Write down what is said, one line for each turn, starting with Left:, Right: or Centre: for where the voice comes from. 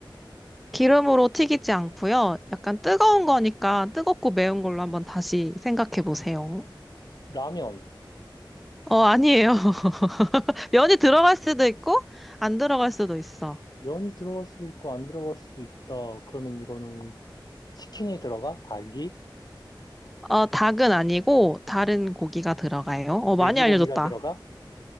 Centre: 기름으로 튀기지 않고요. 약간 뜨거운 거니까 뜨겁고 매운 걸로 한번 다시 생각해 보세요.
Left: 라면.
Centre: 어, 아니에요. <laughs> 면이 들어갈 수도 있고, 안 들어갈 수도 있어.
Left: 면이 들어갈 수도 있고 안 들어갈 수도 있다. 그러면 이거는 치킨이 들어가? 닭이?
Centre: 어, 닭은 아니고 다른 고기가 들어가요. 어,
Left: 돼지고기가
Centre: 많이 알려줬다.
Left: 들어가?